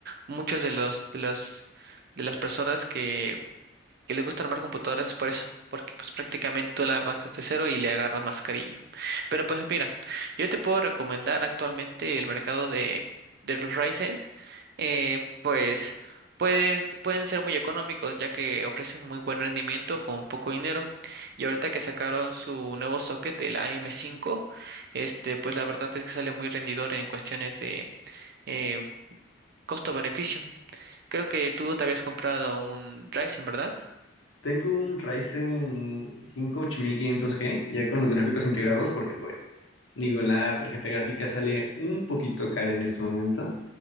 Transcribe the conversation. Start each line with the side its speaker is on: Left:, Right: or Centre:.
Right: muchos de los, de los, de las personas que que les gusta armar computadoras es por eso, porque pues prácticamente tú la armas desde cero y le agarras más cariño. Pero pues mira, yo te puedo recomendar actualmente el mercado de, de los Ryzen, eh, pues puedes, pueden ser muy económicos ya que ofrecen muy buen rendimiento con poco dinero. Y ahorita que sacaron su nuevo socket, el AM5, este, pues la verdad es que sale muy rendidor en cuestiones de eh, costo-beneficio. Creo que tú te habías comprado un Ryzen, ¿verdad?
Left: Tengo un Ryzen cinco ocho mil quinientos g ya con los gráficos integrados, porque pues, digo, la tarjeta gráfica sale un poquito cara en este momento,